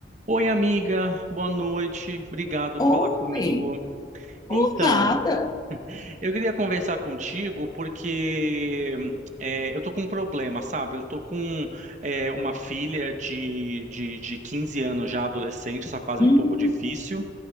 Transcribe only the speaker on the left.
Oi,
por
nada.
Hum,